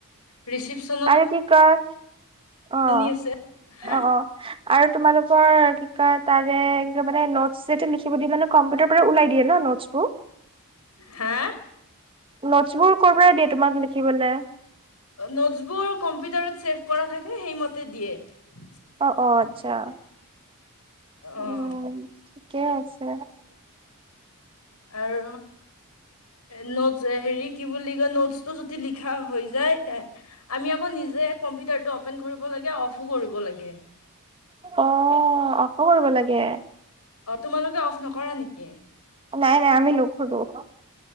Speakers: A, on the left; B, on the right.
A: ৰিচিপ।
B: আৰু কি কয়
A: দুজনী
B: অ',
A: আছে হা
B: অ' অ' আৰু তোমালোক কৰ কি কয় তাৰে মানে নোটছ যেতিয়া লিখিব দি মানে কম্পিউটাৰ পৰা ওলাই দিয়ে ন নোটছ বোৰ।
A: হা।
B: নোটছ বোৰ ক'ৰ পৰা দিয়ে তোমাক লিখিবলে।
A: নোটছবোৰ কম্পিউটাৰত ছেভ কৰা থাকে সেইমতে দিয়ে।
B: অ অ আচ্ছা উম
A: অহ।
B: ঠিকে আছে।
A: আৰু নোটছ, হেৰি কি বুলি কয় নোটছ টো যদি লিখা হৈ যায় তে আমি আকৌ নিজে কম্পিউটাৰটো অপেন কৰিব লাগে অফো কৰিব লাগে।
B: অঅ অফো কৰিব লাগে।
A: অ তোমালোকে অফ নকৰা নেকি।
B: নাই নাই আমি নকৰোঁ।